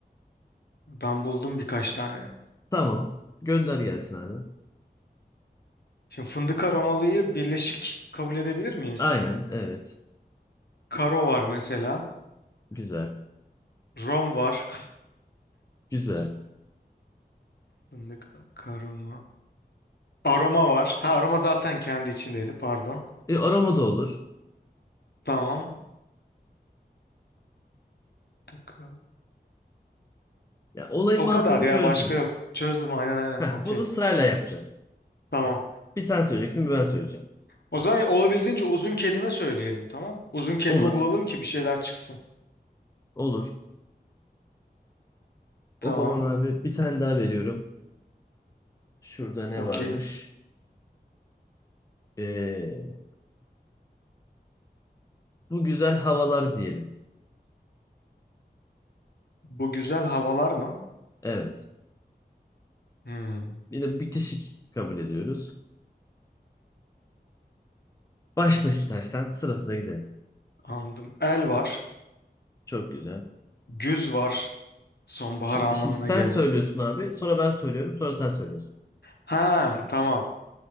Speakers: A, on the left (about 70°); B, on the left (about 20°).
A: ben buldum birkaç tane.
B: tamam. Gönder gelsin abi.
A: Şimdi fındık aromalıyı birleşik kabul edebilir miyiz?
B: Aynen, evet.
A: Karo var mesela.
B: Güzel.
A: Rom var.
B: Güzel.
A: <laughs> Fındık aroma. Aroma var. Ha aroma zaten kendi içindeydi pardon.
B: E, arama da olur.
A: Tamam. Fındık.
B: Ya, olayın
A: O
B: mantığını
A: kadar ya
B: çözdün.
A: başka yok. Çözdüm aynen aynen
B: Heh,
A: okey.
B: bunu sırayla yapacağız.
A: Tamam.
B: Bir sen söyleyeceksin, bir ben söyleyeceğim.
A: O zaman olabildiğince uzun kelime söyleyelim tamam. Uzun kelime
B: Olur.
A: bulalım ki bir şeyler çıksın.
B: Olur.
A: Tamam
B: O zaman abi bir tane daha veriyorum. Şurada ne
A: okey.
B: varmış? E, bu güzel havalar diyelim.
A: Bu güzel havalar mı?
B: Evet.
A: Hmm.
B: Yine bitişik kabul ediyoruz. Başla
A: Güz-
B: istersen sırasına gidelim.
A: Anladım. El var.
B: Çok güzel.
A: Güz var. Sonbahar
B: Şimdi,
A: anlamına
B: şimdi sen
A: gelen.
B: söylüyorsun abi. Sonra ben söylüyorum. Sonra sen söylüyorsun.
A: Ha tamam.